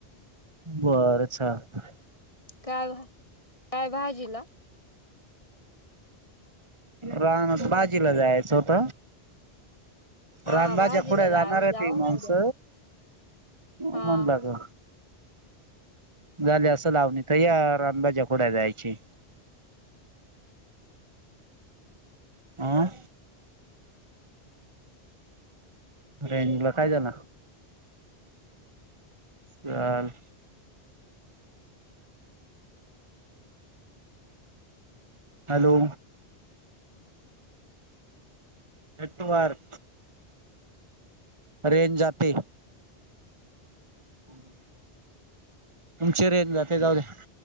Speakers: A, on the right; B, on the left.
A: बर चालत.
B: काय भा काय भाजीला,
A: रानात बाजीला जायचं होत.
B: हा
A: रानभाज्या
B: भाजीला
A: खुडायला
B: जाऊ
A: जाणार आहे
B: जाऊ
A: ती माणस.
B: ना उद्या
A: म्हणला
B: हा
A: तर झाले असं लावणी त या रानबाज्या खोडाय जायची. आं! रेनला काय झाला. चाल हॅलो! हटवार, रेंज जाते. <inaudible> तुमची रेंज जाते जाऊ द्या.